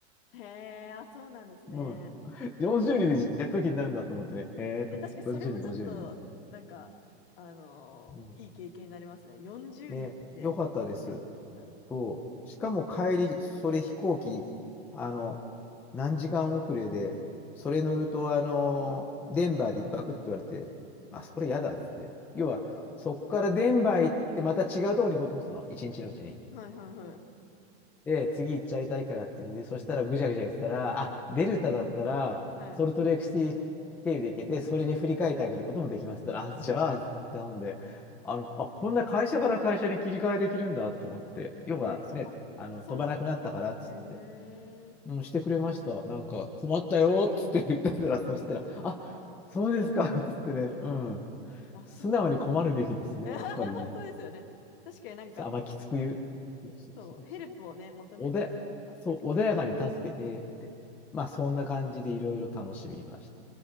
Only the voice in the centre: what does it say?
うん。40人でジェット機になるんだと思ってね。ええと思って。
40人、50人の。
うん。
ねえ、よかったです。
そう。しかも帰り、それ飛行機、あの、何時間遅れで、それ乗ると、あの、
デンバーで一泊って言われて、あ、
それやだっつって。
要は、そこからデンバー行って、また違うところに行こうと思ってたの。一日のうちに。
で、次行っちゃいたいからって言うんで、そしたらぐちゃぐちゃ言ってたら、あ、デルタだったら、
ソルトレークシティ経由で行けて、それに振り替えてあげることもできますって言ったら、あ、じゃあ、頼んで、あの、あ、こんな会社から会社に切り替えできるんだと思って、要はね、
あの、
飛ばなくなったからっつって、
うん、してくれました。なんか、困ったよっつって言ってたら、そしたら、あ、そうですかっつってね、うん。
素直に困るべきですね、
やっぱりね。
そうあんまきつく言う。そうそうそうそう
おで、
そう、穏やかに助けてって。まあ、そんな感じでいろいろ楽しみました。